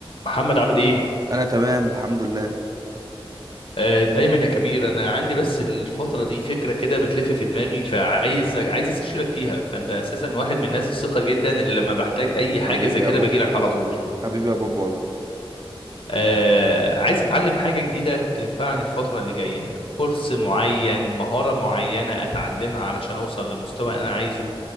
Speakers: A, on the left; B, on the right.
A: محمد عامل ايه؟
B: انا تمام الحمد لله
A: آه دايما يا كبير انا عندي بس الفترة دي فكرة كده بتلف في دماغي فعايز عايز استشيرك فيها فانت اساسا واحد من الناس الثقة جدا اللي لما بحتاج اي حاجة
B: حبيبي
A: زي
B: يا
A: كده
B: بوب
A: باجي لك على طول
B: حبيبي يا بوب والله
A: آه عايز اتعلم حاجة جديدة تنفعني الفترة اللي جاية كورس معين مهارة معينة اتعلمها علشان اوصل لمستوى انا عايزه